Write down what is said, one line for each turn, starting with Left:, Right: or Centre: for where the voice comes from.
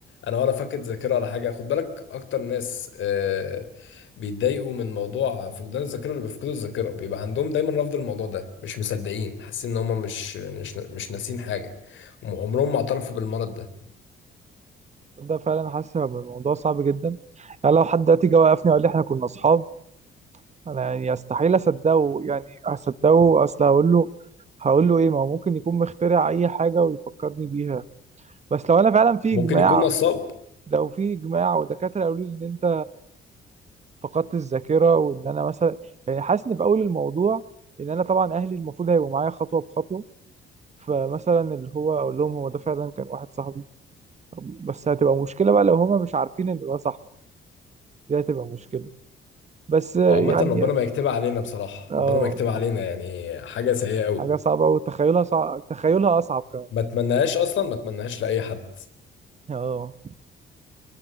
Left: انا ولا فاقد ذاكره ولا حاجه خد بالك اكتر ناس آه، بيتضايقوا من موضوع فقدان الذاكره اللي بيفقدوا الذاكره بيبقى عندهم دايما رفض الموضوع ده مش مصدقين حاسين ان هم مش مش مش ناسين حاجه هم عمرهم ما اعترفوا بالمرض ده
Right: ده فعلا حاسس هيبقى الموضوع صعب جدا يعني لو حد دلوقتي جه وقفني وقال لي احنا كنا اصحاب انا يعني استحيل اصدقه يعني اصدقه اصل هقول له هقول له ايه ما هو ممكن يكون مخترع اي حاجه ويفكرني بيها بس لو انا فعلا في
Left: ممكن
Right: اجماع
Left: يكون نصاب
Right: لو في اجماع ودكاتره قالوا لي ان انت فقدت الذاكره وان انا مثلا يعني حاسس ان في اول الموضوع ان انا طبعا اهلي المفروض هيبقوا معايا خطوه بخطوه فمثلا اللي هو اقول لهم هو ده فعلا كان واحد صاحبي بس هتبقى مشكله بقى لو هما مش عارفين ان ده صاحبي دي هتبقى مشكله بس آه،
Left: وعامة
Right: يعني
Left: ربنا ما يكتبها علينا بصراحة
Right: اه
Left: ربنا ما يكتبها علينا يعني حاجة سيئة قوي
Right: حاجة صعبة وتخيلها صعب تخيلها أصعب كمان
Left: ما اتمناهاش أصلا ما اتمناهاش لأي حد
Right: اه